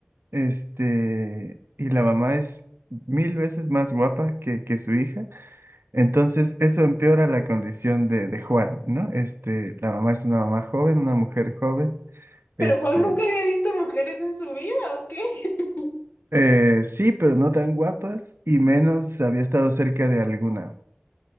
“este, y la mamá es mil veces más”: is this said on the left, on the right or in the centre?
Right